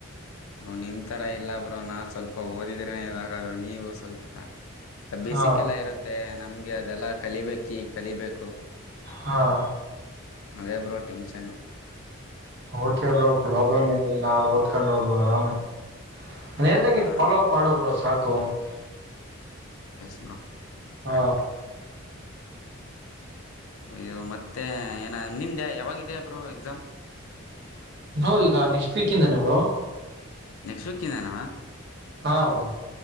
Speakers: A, on the left; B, on the right.
A: ಬರು ನಿಮ್ಮಥರ ಇಲ್ಲ ಬ್ರರು ನಾು ಸ್ವಲ್ಪ ಓದಿದ್ರೇ ಇವಾಗಾದ್ರೂ ನೀವು ಸ್ವಲ್ಪ. ಬೇಿಸಿಗೆಲ್ಲ
B: ಹಾ
A: ಇರುತ್ತೆ. ನಮ್ಗೆ ಅದೆಲ್ಲಾ ಕಲಿಬೇಕಿ ಕಲಿಬೇಕು.
B: ಹೌ.
A: ಆದೆ bro tension.
B: Okay bro problem ಏನಿಲ್ಲ ಓದ್ಕೊಂಡ್ ಹೋಗ್ ಆರಾಮಗಿ ನಾನ ಹ ಹೇಳ್ದಂಗ
A: ಹಾ
B: ಇ ಫಾಲೋ ಅಪ್ ಮಾಡು ಬ್ರೋ ಸಾಕು ಕ <inaudible>
A: ಎಸ್ ಬ್ರೋ ಕರೆಕ್ಟ್
B: ಹಾ
A: ಇಯ್ಯದು ಮತ್ತೆ ಏನ ನಿಮ್ದ ಯಾವಾಗಾಗಿದೆ ಬ್ರೋ ಎಕ್ಸಾಮ್
B: ನೋ ಈಗ ನೆಕ್ಸ್ಟ್ ವೀಕ್ ಇಂದನೇ ಬ್ರೋ
A: ನೆಕ್ಸ್ಟ್ ವೀಕ್ಿಂದೇನ
B: ಹಾ ಬ್ರೋ